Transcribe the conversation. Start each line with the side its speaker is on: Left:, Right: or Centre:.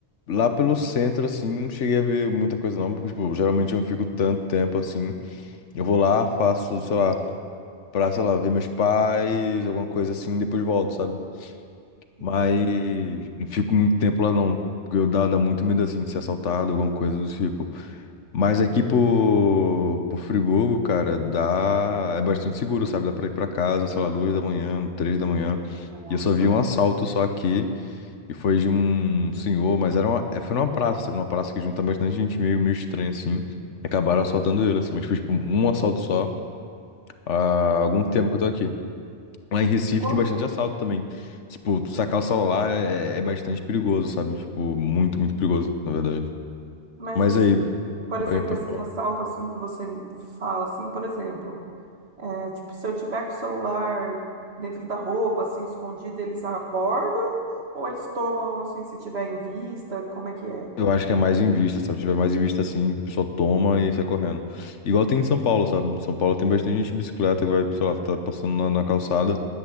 Left: lá pelo centro, assim, não cheguei a ver muita coisa não, porque, tipo, geralmente eu não fico tanto tempo assim. Eu vou lá, faço, sei lá, pra, sei lá, ver meus pais, alguma coisa assim, depois volto, sabe? Mas
Right: Entendi.
Left: não fico muito tempo lá não, porque eu dá, dá muito medo, assim, de ser assaltado, alguma coisa do tipo. Mas aqui por, por Friburgo, cara, dá, é bastante seguro, sabe? Dá pra ir pra casa, sei lá, duas da manhã, três da manhã.
Right: Nossa.
Left: E eu só vi um assalto só aqui. E foi de um senhor, mas era uma, é, foi numa praça, sabe? Numa praça que junta bastante gente meio, meio estranha, assim. E acabaram assaltando ele, assim. Mas foi, tipo, um assalto só há algum tempo que eu tô aqui. Lá em Recife
Right: Qual-
Left: tem bastante assalto também. Tipo, tu sacar o celular é, é bastante perigoso, sabe? Tipo, muito, muito perigoso, na verdade.
Right: Mas,
Left: Mas
Right: assim,
Left: aí,
Right: por exemplo,
Left: oi, pessoal.
Right: esses assaltos assim que você fala, assim, por exemplo, é, tipo, se eu tiver com o celular dentro da roupa, assim, escondido, eles abordam? Ou eles tomam, assim, se tiver em vista? Como é que é?
Left: Eu acho que é mais em vista, sabe? Se tiver mais em vista assim, o pessoal toma e sai correndo. Igual tem em São Paulo, sabe? Em São Paulo tem bastante gente de bicicleta que vai, sei lá, tá passando na, na calçada,